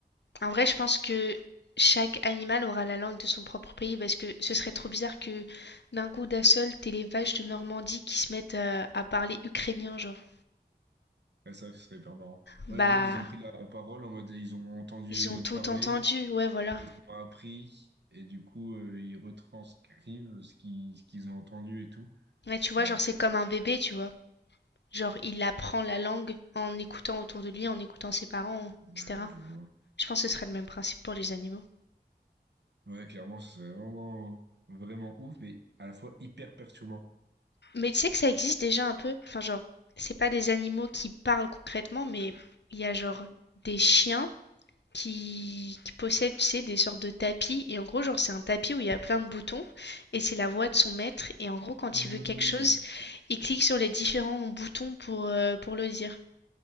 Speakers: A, on the left; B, on the right.
A: En vrai, je pense que chaque animal aura la langue de son propre pays parce que ce serait trop bizarre que d'un coup d'un seul, t'aies les vaches de Normandie qui se mettent euh, à parler ukrainien, genre.
B: Ouais, ça, ce serait hyper marrant.
A: Bah,
B: Ouais, en mode, ils ont pris la parole, en mode, ils ont entendu
A: Ils
B: les
A: ont
B: autres
A: tout
B: parler,
A: entendu, ouais, voilà.
B: ils ont appris, et du coup, euh, ils retranscrivent ce qui, ce qu'ils ont entendu et tout.
A: Ouais, tu vois,
B: Ouais,
A: genre, c'est comme un bébé, tu vois. Genre, il apprend la langue en écoutant autour de lui, en écoutant ses parents,
B: ouais,
A: etc.
B: ouais, je vois.
A: Je pense que ce serait le même principe pour les animaux.
B: Ouais, clairement, ce serait vraiment, vraiment ouf, mais à la fois hyper perturbant.
A: Mais tu sais que ça existe déjà un peu. Enfin, genre, c'est pas des animaux qui parlent concrètement, mais il y a genre des chiens qui, qui possèdent, tu sais, des sortes de tapis. Et en gros, genre, c'est un tapis où il y a plein de boutons et c'est la voix de son maître. Et en gros, quand
B: Oui,
A: il veut
B: oui,
A: quelque
B: oui,
A: chose,
B: ça me dit un truc.
A: il clique sur les différents boutons pour, euh, pour le dire.